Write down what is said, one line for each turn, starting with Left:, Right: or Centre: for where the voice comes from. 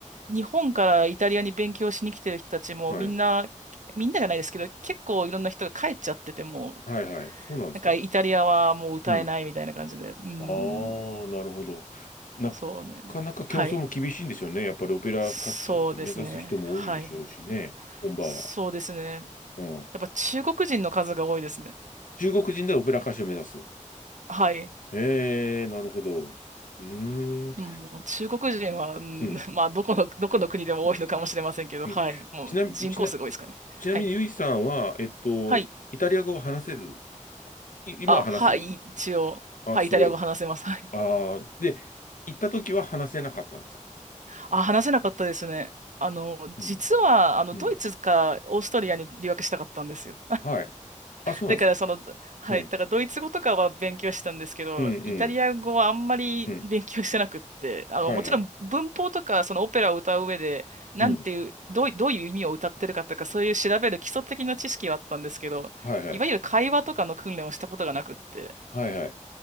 Right: 日本からイタリアに勉強しに来てる人たちもみんな、
Left: はい。
Right: みんながないですけど、結構いろんな人が帰っちゃっててもう、
Left: はいはい。そうなんですか。
Right: なんかイタリアはもう歌えないみたいな感じで、
Left: うん。
Right: うん、
Left: ああ、なるほど。な
Right: そうね。
Left: かなか競争も厳しいんでしょうね。
Right: はい。
Left: やっぱりオペラ歌手目指す人も多いでしょうしね。
Right: そうですね。はい。
Left: 本場は。
Right: そうですね。
Left: うん。
Right: やっぱ中国人の数が多いですね。
Left: 中国人でオペラ歌手を目指す。
Right: はい。
Left: へえ、なるほど。うーん。
Right: もう中国人は、うん、
Left: うん。
Right: <laughs> まあ、どこの、どこの国でも多いのかもしれませんけど、
Left: うん。うんちな、
Right: はい。もう人口すごいですかね。
Left: ちな、ちなみにゆいさんは、
Right: はい。
Left: えっと、
Right: はい。
Left: イタリア語を話せる。い、今は話せる。
Right: あ、はい。一応、
Left: あ、
Right: はい。
Left: すごい。
Right: イタリア語話せます。はい。
Left: ああ、で、行った時は話せなかったんですか
Right: あ、話せなかったですね。あの、
Left: うん。
Right: 実は、あの、
Left: うん。
Right: ドイツかオーストリアに留学したかったんですよ。
Left: はい。あ、そうなんですか。
Right: だからその、はい、
Left: うん。
Right: だからドイツ語とかは勉強したんですけど、
Left: うん、うん、
Right: イタリア語はあんまり勉強してなくって、
Left: うん。
Right: あの、
Left: はいはい。
Right: もちろん文法とかそのオペラを歌う上で、なんていう、
Left: うん。
Right: どうい、どういう意味を歌ってるかとか、そういう調べる基礎的な知識はあったんですけど、
Left: はいはい。
Right: いわゆる会話とかの訓練をしたことがなくって。
Left: はいはい。